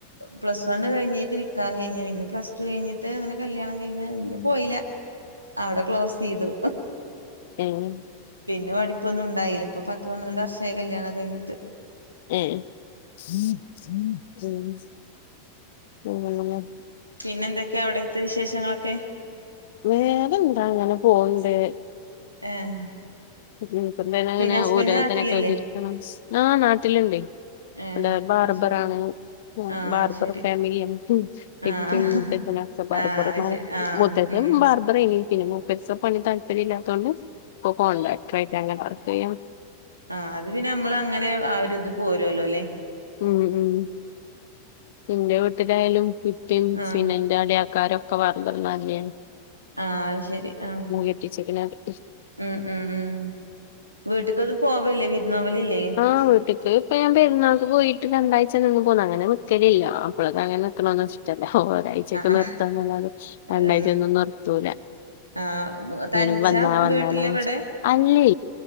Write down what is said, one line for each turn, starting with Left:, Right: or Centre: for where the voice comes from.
Right: പ്ലസ് വണ് കയിഞ്ഞ് നിക്കാഹ് കയിഞ്ഞ് പിന്നെ പ്ലസ് ടു കയിഞ്ഞിട്ട് അങ്ങന കല്യാണം കഴിഞ് പിന്നെ പോയില്ല അവടെ ക്ലോസെയ്തു
Left: ഏഹ്
Right: പിന്ന പഠിപ്പൊന്നുണ്ടായില്ല ഇപ്പ പത്ത് പന്ത്രണ്ട് വർഷായി കല്യാണൊക്കെ കയിഞ്ഞിട്ട്
Left: ഏ ഉം അങ്ങനെ ല്ലെ
Right: പിന്നെന്തൊക്കെയാ അവിടത്തെ വിശേഷങ്ങളൊക്കെ
Left: വേറെ എന്താ ഇങ്ങനെ പോണ്ട്
Right: ഏഹ്
Left: ഇപ്പൊ തന്നെ ഇങ്ങനെ
Right: പിന്നെ ഹസ്ബൻഡ്
Left: ഊര വേദന
Right: നാട്ടിലില്ലേ
Left: ഒക്കെ ആയിട്ട് ഇരിക്കണ് ആ നാട്ടിലിണ്ടേ
Right: ഏഹ്
Left: അവര് ബാർബറാണ്
Right: അത് ശരി
Left: ആ
Right: ആഹ്
Left: ബാർബർ
Right: ശരി
Left: ഫാമിലിയാണ് ഇപ്പേം
Right: ആഹ്
Left: മൂത്തച്ഛനും ഒക്കെ ബാർബർമാരാ
Right: ആഹ് അത് ശരി ആഹ്
Left: മൂത്തച്ഛൻ
Right: ഉം
Left: ബാർ ബറേനി പിന്നെ മുപ്പരിസ പണി താല്പര്യ ഇല്ലാത്തോണ്ട് ഇപ്പൊ കോൺട്രാക്ടർ ആയിട്ട് അങ്ങനെ വർക്കെയ്യ
Right: ആ അത് പിന്നെ നമ്മൾ അങ്ങനെ ആ ഒരു ഇത് പോരൊലോലേ
Left: ഉം ഉം ഇന്റെ വീട്ടിലായാലും ഉപ്പേം
Right: ആഹ്
Left: പിന്നെ ഇന്റെ അളിയാക്കാരും ഒക്കെ ബാർബർമാര് ലേ
Right: ആ ശരി ആ
Left: കെട്ടിച്ച്ക്ക്ണത്
Right: ഉം ഉം ഉം വീട്ട്ക്ക് ഒന്നും പോവല്ലേ വിരുന്ന് പോവലില്ലേ
Left: ആ വീട്ട്ക്ക് ഇപ്പൊ ഞാൻ പെരുന്നാൾക്ക് പോയിട്ട് രണ്ടായ്ച നിന്ന് പോന്ന് അങ്ങനെ നിക്കലില്ല മാപ്പളക്ക് അങ്ങനെ നിക്കണന്നും ഇഷ് ഒരായ്ചൊക്കെ
Right: ആഹ്
Left: നിർത്താന്നല്ലാതെ രണ്ടായ്ച്ച
Right: ഉം
Left: ഒന്നും നിർത്തൂല
Right: ആഹ് തനിച്ചാ
Left: വരും വന്നാ വന്ന്
Right: വീട്ടില് ഇവിടെ
Left: അല്ലേ